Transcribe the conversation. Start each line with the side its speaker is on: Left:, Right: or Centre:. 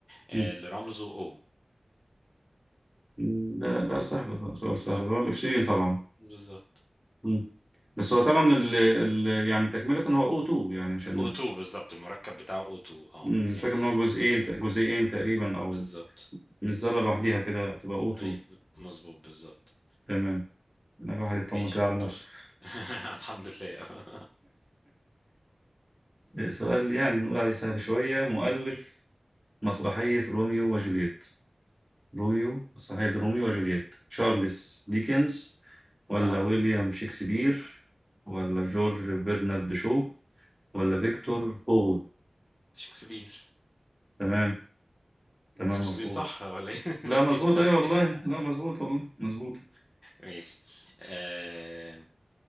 Left: آه،
Right: مم.
Left: اللي رمزه O
Right: لا لا سهل سؤال سهل
Left: اه
Right: اللي هو الأكسجين طبعا
Left: بالظبط
Right: مم. بس هو طبعا ال ال يعني تكملة هو O2 يعني عشان
Left: O2 بالظبط المركب بتاعه O2 اه
Right: مم،
Left: يعني
Right: فاكر إن هو جزئين
Left: صح
Right: جزئين تقريبا أو
Left: بالظبط
Right: مش
Left: بالظبط.
Right: ذرة لوحديها كده تبقى O2
Left: ايوه مظبوط بالظبط
Right: تمام لا، الواحد يطمن
Left: ماشي
Right: كده على
Left: دورك
Right: نفسه <laughs>
Left: <laughs> الحمد لله <laughs>
Right: سؤال يعني نقول عليه سهل شوية مؤلف مسرحية روميو وجولييت روميو مسرحية روميو وجولييت تشارلز ديكنز ولا
Left: اه
Right: ويليام شكسبير ولا جورج برنارد شو ولا فيكتور هوغو
Left: شكسبير
Right: تمام تمام
Left: شكسبير
Right: مظبوط
Left: صح ولا ايه <laughs>
Right: لا
Left: شكيت
Right: مظبوط
Left: في نفسي
Right: ايوه والله
Left: <laughs>
Right: لا مظبوط والله مظبوط
Left: ماشي آه